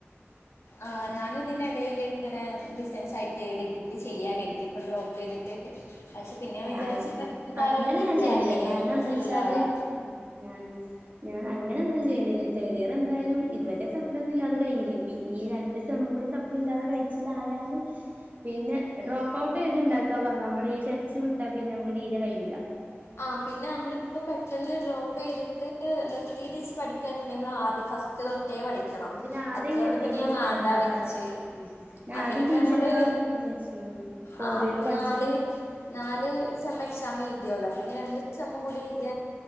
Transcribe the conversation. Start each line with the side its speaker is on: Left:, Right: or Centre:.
Left: ആഹ് ഞാനും ഇതിന്റെ എടേല് ഇങ്ങനെ ഏഹ് ഡിസ്റ്റൻസ് ആയിട്ട് ഡിഗ്രി ചെയ്യാ കെര്തി ഇപ്പ ഡ്രോപ്പ് യ്തിട്ട്. പഷേ പിന്നെ വിചാരിച്ചു
Right: അങ്
Left: ന്താലും
Right: അങ്ങനെ
Left: <unintelligible>
Right: ഞാൻ ചെയ്യണില്ല കാരണം
Left: അപ്പൊ
Right: എന്താ
Left: ഫുള്ളാവാ.
Right: വെച്ചാല് ഞാൻ. ഞാൻ അങ്ങനെ എന്തായാലു ചെയ്യുനില്ല തേർഡ് ഇയർ എന്തായാലും ഇത് വരെ സപ്പ്ളി ഒന്നു ഇല്ലാത കഴിഞ്ഞിലേ പി ഇനി ഈ രണ്ട് സമ്മം കൂടി സപ്പ് <unintelligible> കഴിച്ചിലായാല് പിന്നെ ഡ്രോപ്പ്ഔട്ട് യ്ത്ണ്ടാക്ക പറന്നാ നമ്മ ഇ ടെച് വിട്ടാ പിന്നെ നമക്ക് തീരെ കഴൂല്ല.
Left: ആഹ് പിന്നെ നമ്മളിപ്പോ പെട്ടെന്ന് ഡ്രോപ്പ് ചെയ്തിട്ട് നിർത്തീ <unintelligible> നമ്മൾ ആദ്യ ഫസ്റ്റ് തൊട്ട. <unintelligible> ടിക്കണം
Right: പിന്നെ ആദ്യം
Left: അതോണ്ട്
Right: കരുതീന്
Left: പിന്നെ ഞാൻ വാണ്ട
Right: എന്താ
Left: വെച്ച്
Right: പറയാ ഉം ഞാൻ
Left: അഹ്
Right: ആദ്യം
Left: പിന്നെ ഇപ്പ
Right: പി
Left: നമ്മള്.
Right: ജി എടുക്കാന്നൊക്കെ വിചാരിച്ചീനി ഫോർ
Left: ആഹ് അപ്പ
Right: ഇയർ പഠിച്ചിട്ട്
Left: നാല് നാല് സമം എക്സാം എഴതിയല്ലോ. എങ്ങനെ രണ്ട സംഭം കൂടി ഇത